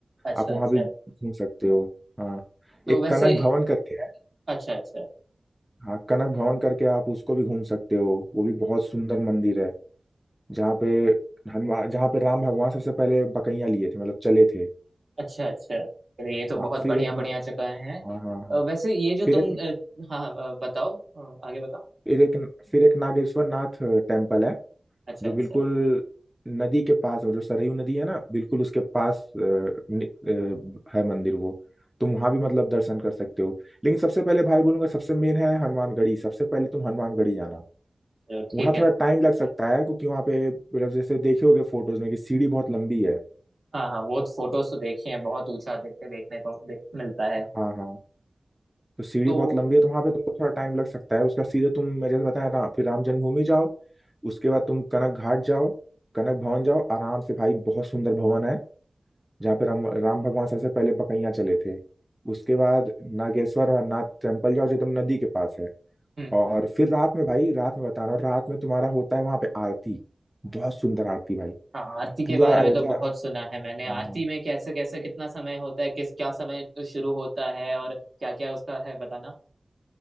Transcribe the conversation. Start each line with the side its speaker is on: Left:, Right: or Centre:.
Right: अच्छा
Centre: आप वहां
Right: अच्छा
Centre: भी घूम सकते हो हाँ
Right: तो
Centre: एक
Right: वैसे
Centre: कनक भवन करके है
Right: अच्छा अच्छा
Centre: हाँ कनक भवन करके आप उसको भी घूम सकते हो वो भी बहुत सुंदर मंदिर है जहाँ पे हनुमान जहाँ पे राम भगवान सबसे पहले बकैया लिए थे मतलब चले थे
Right: अच्छा अच्छा चलिए ये तो बहुत
Centre: हाँ फिर
Right: बढ़िया
Centre: एक
Right: बढ़िया जगह हैं
Centre: हाँ हाँ हाँ
Right: अ, वैसे ये जो
Centre: फिर
Right: तुम
Centre: एक
Right: अ, हाँ हाँ, अ, बताओ अ, आगे बताओ
Centre: फिर एक फिर एक नागेश्वर नाथ टेम्पल है
Right: अच्छा
Centre: जो
Right: अच्छा
Centre: बिल्कुल नदी के पास हो जो सरयू नदी है ना बिल्कुल उसके पास अ, नि- अ, है मंदिर वो तुम वहां भी मतलब दर्शन कर सकते हो लेकिन सबसे पहले भाई बोलूंगा सबसे मेन है हनुमानगढ़ी सबसे पहले तुम हनुमानगढ़ी जाना
Right: चलो ठीक
Centre: वहाँ
Right: है
Centre: थोड़ा टाइम लग सकता है क्योंकि वहाँ पे मतलब जैसे देखे होगे फोटोज में कि सीढ़ी बहुत लंबी है
Right: हाँ हाँ वो फोटोज तो देखे हैं बहुत ऊंचा देखते देखने को देख, मिलता है
Centre: हाँ हाँ तो सीढ़ी
Right: तो
Centre: बहुत लंबी है तो वहाँ पे तुमको थोड़ा टाइम लग सकता है उसका सीधे तुम मैं जैसे बताया ना फिर राम जन्मभूमि जाओ उसके बाद तुम कनक घाट जाओ कनक भवन जाओ आराम से भाई बहुत सुंदर भवन है जहाँ पे राम राम भगवान सबसे पहले पकैया चले थे उसके बाद नागेश्वर नाथ टेम्पल जाओ जो एकदम नदी के पास है
Right: हम्म
Centre: और
Right: हम्म
Centre: फिर रात में भाई रात में बता रहा हूँ रात में तुम्हारा होता है वहां पे आरती बहुत सुंदर आरती भाई
Right: हाँ आरती के
Centre: पूरा
Right: बारे में
Centre: अयोध्या
Right: तो बहुत सुना है मैंने
Centre: हाँ
Right: आरती
Centre: हाँ
Right: में कैसे कैसे कितना समय होता है किस क्या समय तो शुरू होता है और क्या क्या उसका है बताना